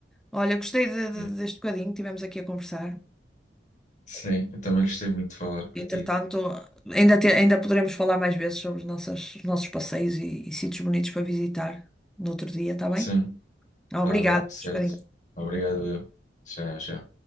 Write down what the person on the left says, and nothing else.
É.
Sim, eu também gostei muito de falar contigo.
Sim.
Está bem,
certo.
Obrigado, eu. Tchau, tchau.